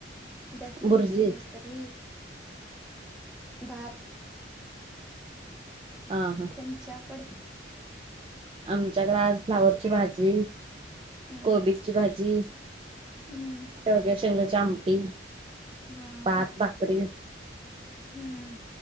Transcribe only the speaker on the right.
बुर्जी
हा हा
आमच्याकडे आज फ्लावरची भाजी,
कोबीची भाजी.
शेवग्या शेंगंची आमटी,
भात,
भाकरी.